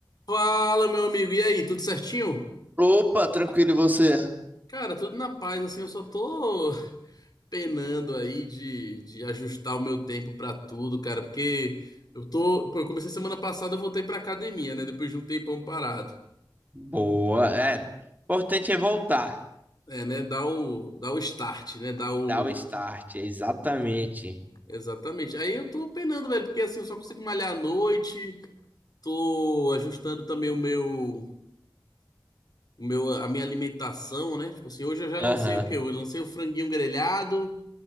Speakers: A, on the left (about 55°); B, on the right (about 20°).
A: Fala, meu amigo, e aí, tudo certinho?
B: Opa, tranquilo, e você?
A: Cara, tudo na paz, assim, eu só tô <laughs> penando aí de, de ajustar o meu tempo pra tudo, cara, porque eu tô, pô, eu comecei semana passada, eu voltei pra academia, né, depois de um tempão parado.
B: Boa, é. Importante é voltar,
A: É, né, dá o, dá o start, né, dá o...
B: dar o start, é exatamente.
A: Exatamente. Aí eu tô penando, velho, porque assim, eu só consigo malhar à noite, tô ajustando também o meu, o meu, a minha alimentação, né, tipo assim, hoje eu já
B: Aham.
A: lancei o quê? Eu lancei o franguinho grelhado,